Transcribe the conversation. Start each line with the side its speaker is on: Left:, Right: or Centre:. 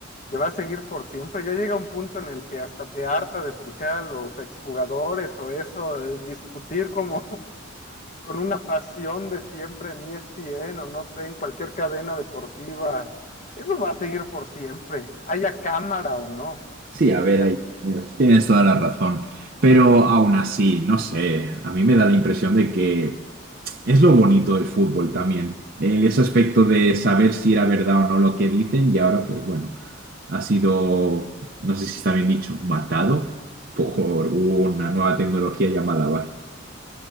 Left: que va a seguir por siempre. Ya llega un punto en el que hasta te harta de escuchar a los exjugadores o eso, eh, discutir como <laughs> con una pasión de siempre en ESPN o no sé, en cualquier cadena deportiva. Eso va a seguir por siempre, haya cámara o no.
Right: Sí, a ver,
Left: Pero,
Right: ahí tienes tienes toda la razón. Pero aún así, no sé, a mí me da la impresión de que Es lo bonito del fútbol también, el, ese aspecto de saber si era verdad o no lo que dicen y ahora pues bueno, ha sido, no sé si está bien dicho, matado por una nueva tecnología llamada VAR,